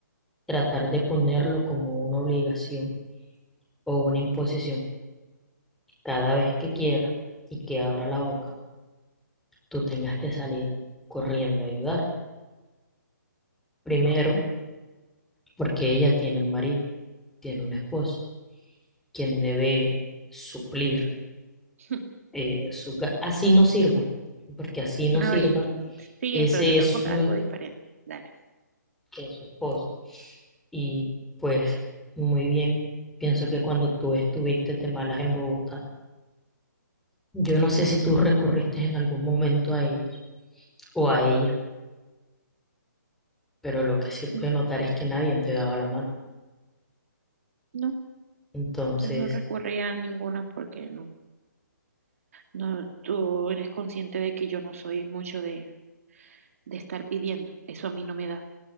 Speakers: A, in the centre; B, on the right (about 50°).
A: tratar de ponerlo como una obligación o una imposición, cada vez que quiera y que abra la boca, tú tengas que salir corriendo a ayudar. Primero, porque ella tiene un marido, tiene un esposo, quien debe suplir
B: <laughs>
A: eh, sus ga- Así no sirva, porque así no
B: No,
A: sirva,
B: y sigue,
A: ese
B: pero te tengo
A: es
B: que contar
A: su,
B: algo diferente. Dale.
A: es su esposo. Y pues, muy bien, pienso que cuando tú estuviste de malas en Bogotá, Yo no sé si tú recurriste en algún momento a ellos o a ella, pero lo que se puede
B: Mm,
A: notar es que nadie te daba la mano.
B: No,
A: Entonces,
B: yo no recurría a ninguna porque no, no, tú eres consciente de que yo no soy mucho de, de estar pidiendo. Eso a mí no me da.